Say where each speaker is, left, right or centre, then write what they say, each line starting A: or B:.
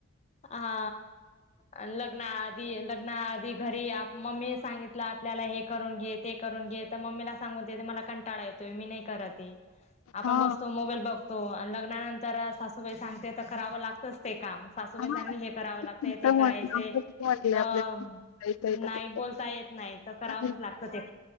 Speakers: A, on the left; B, on the left.
A: हा आणि लग्नात लग्ना आधी घरी या मम्मी ने सांगितलं आपल्याला हे करून घे ते करून घे तर मम्मीला सांगुन दे, मला कंटाळा येतोय मी नाही करत ये आपण
B: हा
A: बसतो मोबाईल बघतो आणि लग्नानंतर सासूबाई सांगते तर करावं लागतच ते काम सासूबाई
B: हा
A: चांगली हे करावं लागतय ते
B: तर म्हटलं
A: करायचंय
B: असं म्हटले
A: तर
B: आपल्या जायचंय तर
A: नाही
B: ते
A: बोलता येत नाही तर करावंच
B: नाही,
A: लागत ते,